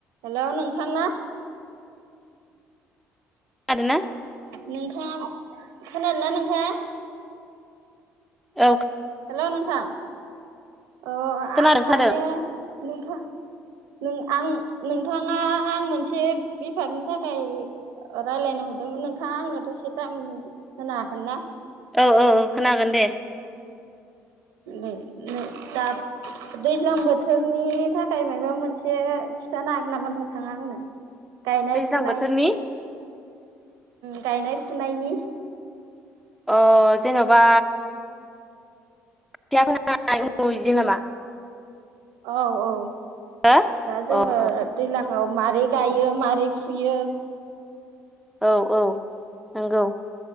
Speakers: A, on the right; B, in the centre.
A: हेल' नोंथां ना
B: आरो ना
A: नोंथाङ खोनादों ना नोंथाङा
B: औ
A: हेलौ नोंथां अ
B: खोनादों
A: आं
B: खोनादों
A: माने नोंथां नों आं नोंथाङा आं मोनसे बेफारनि थाखाय रायज्लायनो हरदोंमोन नोंथाङा आंनो दसे टाइम होनो हागोन ना
B: औ औ औ खोनागोन दे
A: नै दा दैज्लां बोथोरनि थाखाय माबा मोनसे खिथानो हागोन नामा नों थाङा आंनो गायनाय
B: दस
A: फुनाय
B: थांबोथारनि
A: गायनाय फुनायनि
B: अ जेन'बा <unintelligible> बिदि नामा
A: औ औ
B: हो
A: दा जोङो
B: अ अ
A: दैज्लाङाव मारोरै गायो मारै फुयो
B: औ औ नंगौ